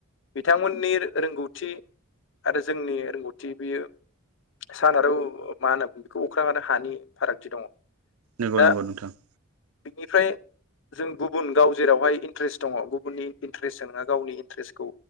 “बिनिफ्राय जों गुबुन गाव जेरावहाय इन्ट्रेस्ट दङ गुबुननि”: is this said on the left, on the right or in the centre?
Left